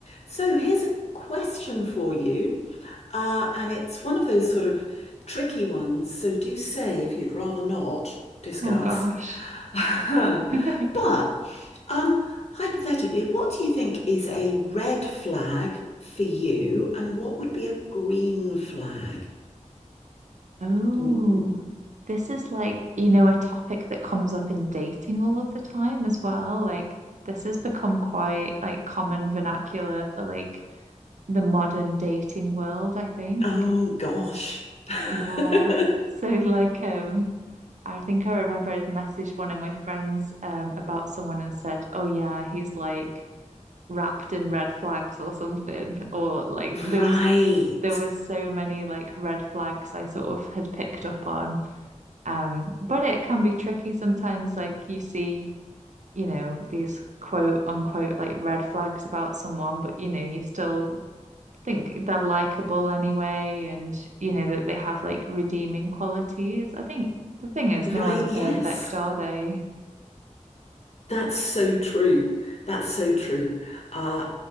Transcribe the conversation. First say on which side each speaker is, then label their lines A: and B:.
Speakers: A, on the left; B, on the right.
A: So here's a question for you, uh, and it's one of those sort of tricky ones. So do say if you'd rather not discuss.
B: Oh gosh.
A: <laughs>
B: <laughs>
A: But um, hypothetically, what do you think is a red flag for you, and what would be a green flag?
B: Oh,
A: Oh,
B: this is like, you know, a topic that comes up in dating all of the time as well. Like, this has become quite like common vernacular for like the modern dating world, I think.
A: oh gosh. <laughs>
B: Yeah. So like, um, I think I remember I messaged one of my friends um about someone and said, "Oh yeah, he's like wrapped in red flags or something or like there
A: Right.
B: was there were so many like red flags I sort of had picked up on um but it can be tricky sometimes like you see you know these quote unquote like red flags about someone but you know you still think they're likable anyway and you know that they have like redeeming qualities I think the thing is
A: Right,
B: no one's perfect
A: yes.
B: are they
A: That's so true. That's so true. Uh,